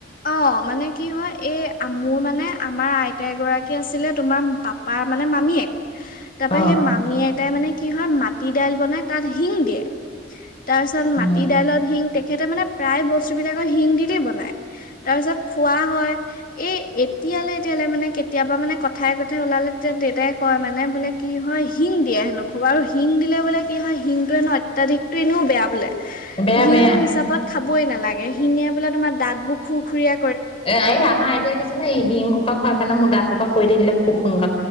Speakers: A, on the left; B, on the left.
A: অ মানে কি হয় এই মোৰ মানে আমাৰ আইতা এগৰাকী আছিলে তোমাৰ পাপা মানে মানে মামীয়েক তাৰ
B: অ
A: পৰা সেই মামীয়ে তাই মানে কি হয় মাটি দাইল বনাই তাত শিং দিয়ে তাৰ পিছত
B: উম
A: মাটি দাইলত শিং তেখেতে মানে প্ৰায় বস্তুবিলাকৰ শিং দিলে বনায়। তাৰ পিছত খোৱা হয়। এ এতিয়ালৈ এতিয়ালৈ মানে কেতিয়াবা মানে কথাই কথাই ওলালে তেতিয়া দেউতাই কয় মানে বোলে কি হয় শিং দিয়ে হেনো খবা আৰু শিং দিলে বোলে কি হয় শিংটোোৱয়ে নহয় অত্যাধিকতটো এনেও বেয়া বোলে।
B: বেয়া
A: শিংটো
B: বেয়া
A: হিচাপত খাবই নালাগে শিঙিয়ে বোলে তোমাৰ দাঁত বুক খুখুৰীয়া
B: এ এই আমাৰ আইতাই কৈছে ন এই শিং হোপা খোৱাৰ কাৰণ মোৰ দাঁতোপা কৰি থাকিলে খু শুন